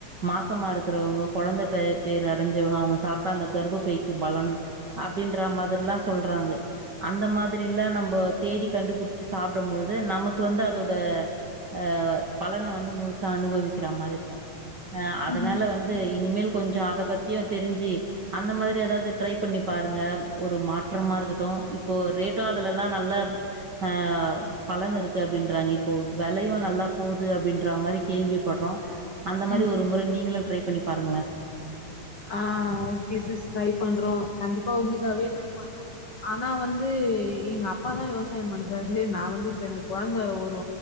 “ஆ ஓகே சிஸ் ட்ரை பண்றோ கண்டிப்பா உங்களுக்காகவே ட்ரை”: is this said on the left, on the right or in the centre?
Left